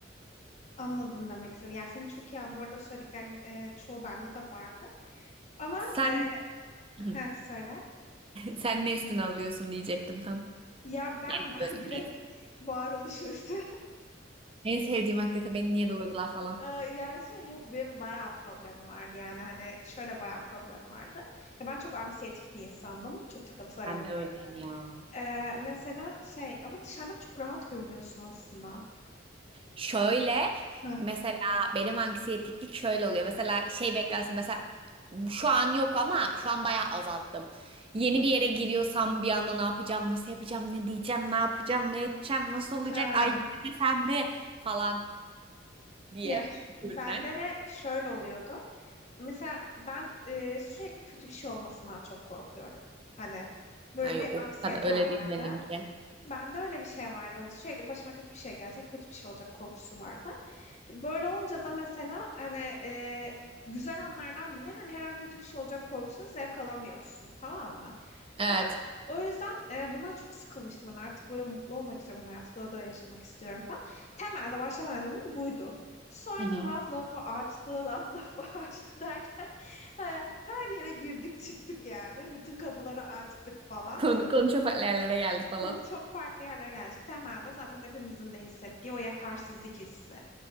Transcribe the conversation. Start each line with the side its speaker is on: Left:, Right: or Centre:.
Left: Anladım demek istedim. Yani seni çok iyi anlıyorum. Bu arada söylediklerin e, çoğu bende de vardı. Ama
Right: Sen
Left: e,
Right: <laughs>
Left: heh, söyle.
Right: sen ne üstüne alıyorsun diyecektim tam.
Left: Ya ben
Right: Yani
Left: <laughs> var-
Right: özel
Left: direkt
Right: değil.
Left: varoluşu üstü.
Right: En sevdiğim aktivite beni niye doğurdular falan.
Left: Ee, <laughs> Ya şey yok benim bayağı problemim vardı yani hani şöyle bayağı problem vardı. Ya ben çok anksiyetik bir insandım. Çok takıntılarım
Right: Ben de
Left: var.
Right: öyleyim ya.
Left: Ee, mesela şey ama dışarıdan çok rahat görünüyorsun aslında.
Right: Şöyle
Left: Hı.
Right: mesela benim anksiyetiklik şöyle oluyor. Mesela şey beklersin mesela şu an yok ama şu an bayağı azalttım. Yeni bir yere giriyorsam bir anda ne yapacağım, nasıl yapacağım, ne diyeceğim, ne yapacağım, ne edeceğim, nasıl olacak,
Left: Ha.
Right: ay girmesem mi falan diye
Left: Ya ş-
Right: düşünen.
Left: bende de şöyle oluyordu. Mesela ben e, sürekli kötü bir şey olmasından çok korkuyorum. Hani böyle
Right: Ha yok
Left: bir
Right: o
Left: anksiyetem
Right: kadar öyle değil
Left: vardı.
Right: benimki.
Left: Bende öyle bir şey vardı. Hani sürekli başıma kötü bir şey gelecek, kötü bir şey olacak korkusu vardı. Böyle olunca da mesela hani e, güzel anlardan bile hani her an kötü bir şey olacak korkusunu zevk alamıyorsun. Tamam mı?
Right: Evet.
Left: Ben o yüzden e, bundan çok sıkılmıştım. Ben artık böyle mutlu olmak istiyorum. Ben hayatı doya doya yaşamak istiyorum falan. Temelde başlama nedenim buydu. Sonra
Right: Hı hı.
Left: laf lafı açtı, laf lafı <laughs> açtı derken e, her yere girdik çıktık yani. Bütün kapıları açtık falan.
Right: Konu, konu çok farklı yerlere geldi falan.
Left: Konu çok farklı yerlere geldi. Şimdi temelde zaten hepimizin de hissettiği o yetersizlik hissi,